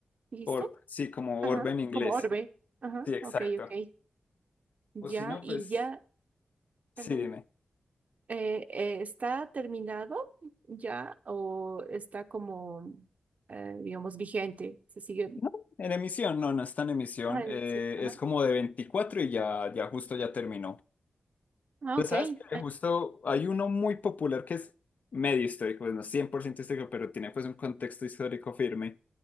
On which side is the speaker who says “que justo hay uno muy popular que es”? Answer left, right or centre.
Left